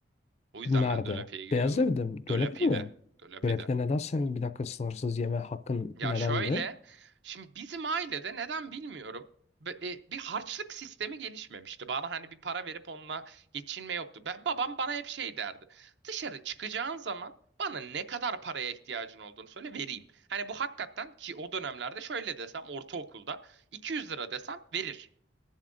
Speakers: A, on the right; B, on the left.
A: O yüzden
B: Nerede?
A: ben Dolapi'ye gidiyordum.
B: Beyaz Ev'de mi? Dölepi'de
A: Dolapi'de.
B: mi?
A: Dolapi'de.
B: Dölepi'de neden senin bir dakika sınırsız yeme hakkın
A: Ya
B: nedendi?
A: şöyle, şimdi bizim ailede neden bilmiyorum. be- e, Bir harçlık sistemi gelişmemişti. Bana hani bir para verip onunla geçinme yoktu. Ben, babam bana hep şey derdi. Dışarı çıkacağın zaman bana ne kadar paraya ihtiyacın olduğunu söyle vereyim. Hani bu hakikaten ki o dönemlerde şöyle desem ortaokulda 200 lira desem verir.